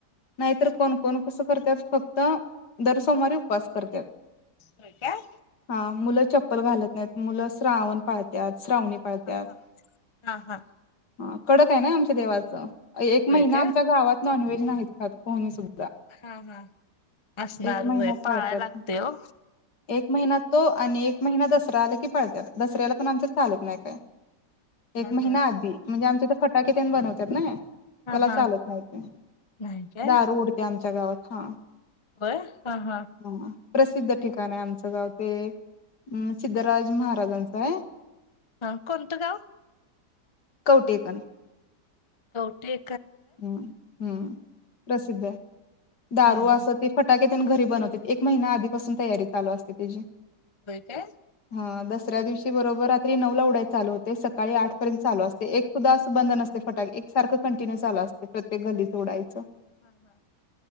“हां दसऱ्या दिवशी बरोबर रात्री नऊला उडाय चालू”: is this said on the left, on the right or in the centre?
Left